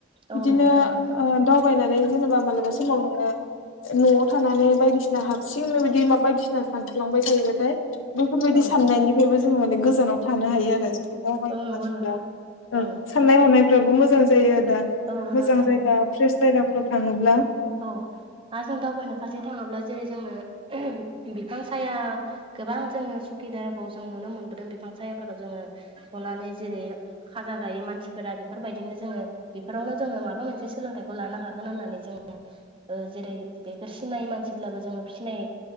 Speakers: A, on the right; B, on the left.
A: औ
B: बिदिनो
A: नंगौ थारैनो
B: दावबायनानै जेनेबा मालाबा समाव नोङो न'आव थानानै बायदिसिना हारसिंनो बिदि मा बायदिसिना सानफ्लांबाय थायोबाथाय बेफोरबायदि
A: औ
B: साननायनिफ्रायबो जोङो माने गोजानाव थानो हायो आरो जुदि दावबायनो
A: औ नंगौ
B: थाङोब्ला
A: नोंथां औ।
B: साननाय हनायफ्राबो मोजां जायो दा
A: औ
B: मोजां
A: जायो
B: जायगा
A: नंगौ
B: फ्रेस जायगाफ्राव थाङोब्ला ।
A: औ आरो जों दावबायनो फारसे थाङोब्ला जेरै जोंनो बिफां साया गोबां जोङो सुखिदारखौ जों नुनो मोनबोदों बिफां सायाफोराव जोङो हनानै जेरै खाजा जायो मानसिफोरा बेफोरबायदिनो जोङो बेफोरावनो जोङो माबा मोनसे सोलोंथाइखौ लानो हागोन होननानै। जों जेरै बेफोर सिनायै मानसिब्लाबो जोङो फिनाय